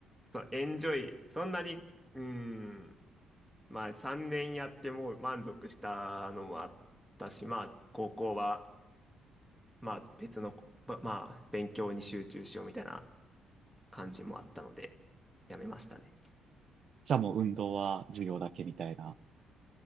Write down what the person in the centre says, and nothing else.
そうエンジョイ、そんなに、うーん、まあ3年やってもう満足したのもあったし、まあ高校はまあ別の、ばまあ勉強に集中しようみたいな感じもあったので、やめましたね。